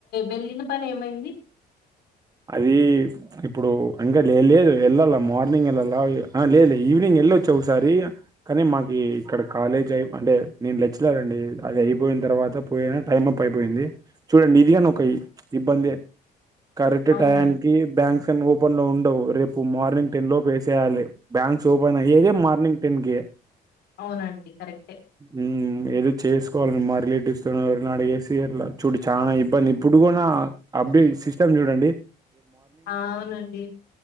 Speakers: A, on the left (about 75°); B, on the right (about 20°).
A: వెళ్లిన పని ఏమైంది
B: అది ఇప్పుడు ఇంకా లే లే వెళ్లాలా మార్నింగ్ వెళ్ళాలా ఆ లేదులే ఈవినింగ్ వెళ్ళొచ్చ ఒకసారి కానీ మాకి ఇక్కడ కాలేజ్ అయి అంటే నేను లెక్చరర్ అండి అది అయిపోయిన తర్వాత పోయినా టైం అప్ అయిపోయింది చూడండి ఇది కాని ఒక ఇబ్బందే కరెక్ట్
A: అవునండి.
B: టయానికి బ్యాంక్స్ అన్ని ఓపెన్ లో ఉ ఉండవు రేపు మార్నింగ్ టెన్ లోపు వేసేయాలి బ్యాంక్స్ ఓపెన్ అయ్యేది మార్నింగ్ టెన్ కి
A: అవునండి. కరెక్టే.
B: ఉ ఏదో చేసు కోవాలి మా రిలేటివ్స్ తో ఎవరిని అన్న అడిగేసి అట్లా చూడు చాలా ఇబ్బంది ఇప్పుడు కూడా అప్పుడే సిస్ చూడండి
A: ఆవునండి